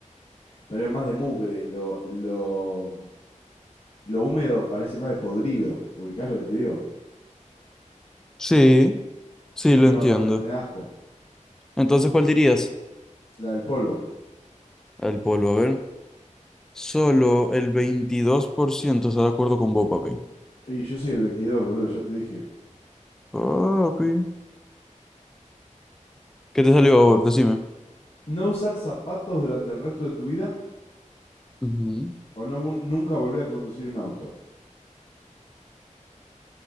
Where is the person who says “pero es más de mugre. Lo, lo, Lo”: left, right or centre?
Left